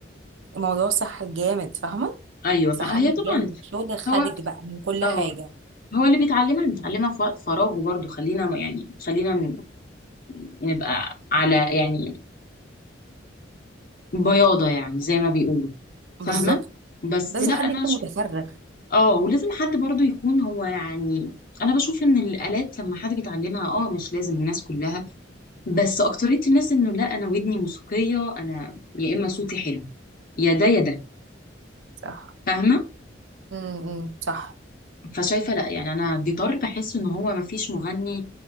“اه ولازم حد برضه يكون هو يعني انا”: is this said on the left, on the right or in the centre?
Left